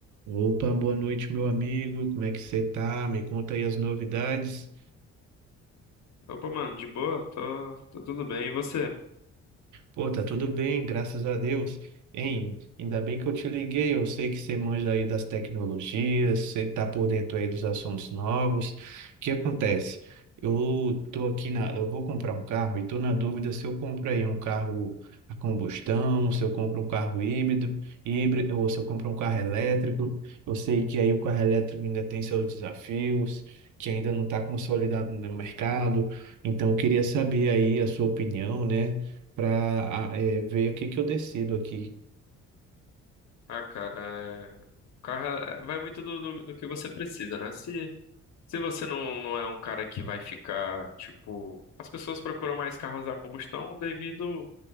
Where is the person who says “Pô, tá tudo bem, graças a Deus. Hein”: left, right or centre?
Right